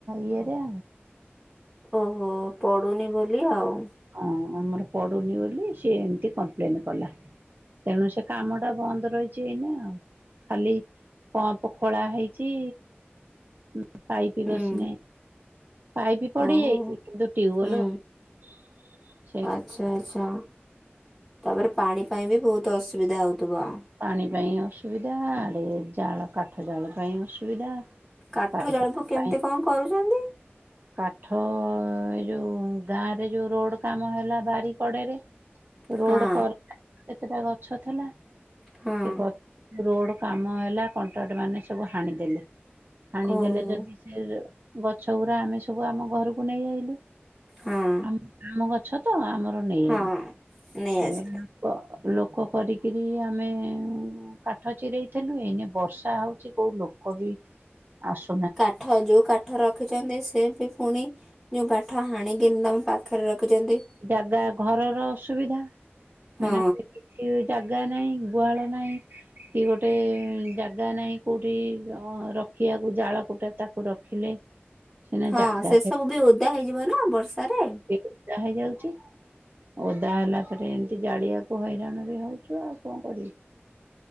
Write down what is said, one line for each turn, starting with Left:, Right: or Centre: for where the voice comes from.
Right: ଇଏରେ।
Centre: ଓହୋ ପଡୁନି ବୋଲି ଆଉ।
Right: ଓହୋ ପଡୁନି ବୋଲି ସିଏ ଏମିତି କମ୍ପ୍ଲେନ୍ କଲା। ତେଣୁ ସେ କାମ ଟା ବନ୍ଦ ରହିଛି ଏଇନା ଆଉ। ଖାଲି ପମ୍ପ ଖୋଳା ହେଇଛି ଉଁ ପାଇପ୍
Centre: ହୁଁ
Right: ବସିନାହିଁ। ପାଇପ ପଡି
Centre: ଓହୋ
Right: ଯାଇଛି କିନ୍ତୁ ଟିୱଲ
Centre: ହୁଁ
Right: ବସିନି।
Centre: ଆଚ୍ଛା ଆଛା ତାପରେ ପାଣି ପାଇଁ ବି ବହୁତ ଅସୁବିଧା ହୋଉଥିବ।
Right: ପାଣି ପାଇଁ ଅସୁବିଧା ଆଡେ ଜାଳ କାଠ ଜାଳ ପାଇଁ ଅସୁବିଧା।
Centre: କାଠ
Right: ପାଇଖାନା
Centre: ଜାଳକୁ କେମିତି
Right: ପାଇଁ
Centre: କଣ କରୁଚନ୍ତି।
Right: କାଠ ଏ ଯୋଉ ଗାଁ ରେ ଯୋଉ ରୋଡ କାମ ହେଲା ବାରି କଡେରେ ରୋଡ
Centre: ହଁ
Right: କରରେ କେତେଟା ଗଛ ଥିଲା
Centre: ହଁ
Right: ସେ ଗଛ ରୋଡ କାମ ହେଲା କଣ୍ଟ୍ରାକ୍ଟମାନେ ସବୁ ହାଣିଦେଲେ ହାଣିଦେଲେ
Centre: ଓହୋ
Right: ଯଦି ସେ ଗଛ ଗୁରା ଆମେ ସବୁ ଆମ ଘରକୁ ନେଇ ଆଇଲୁ।
Centre: ହଁ
Right: ଆମ ଗଛ ତ ଆମର ନେଇ
Centre: ହଁ
Right: ଆଇଲୁ
Centre: ନେଇ
Right: ସେ
Centre: ଆସିଲେ
Right: କ ଲୋକ କରିକିରି ଆମେ କାଠ ଚିରେଇଥିଲୁ ଏଇନେ ବର୍ଷା ହୋଉଛି କୋଉ ଲୋକ ବି ଆସୁ
Centre: କାଠ ଯୋଉ କାଠ ରଖିଛନ୍ତି ସେ ବି ପୁଣି ଯୋଉ କାଠ ହାଣିକିନି ତମ ପାଖରେ ରଖିଚନ୍ତି।
Right: ଜାଗା ଘରର ଅସୁବିଧା
Centre: ହଁ
Right: ମାନେ ଟିକେ ଜାଗା ନାହିଁ ଗୁହାଳ ନାହିଁ। କି ଗୋଟେ ଜାଗା ନାହିଁ କୋଉଠି ଅ ରଖିବାକୁ ଜାଳ କୁଟା ତାକୁ ରଖିଲେ ସିନା
Centre: ହଁ
Right: ଜାଗା
Centre: ସେ ସବୁ ବି ଓଦା ହେଇଯିବ ନା ବର୍ଷାରେ।
Right: ସିଏ ଓଦା ହେଇଯାଉଚି। ଓଦା ହେଲା ପରେ ଏମିତି ଜାଳିଆକୁ ହଇରାଣ ବି ହୋଉଛୁ ଆଉ କଣ କରିବୁ।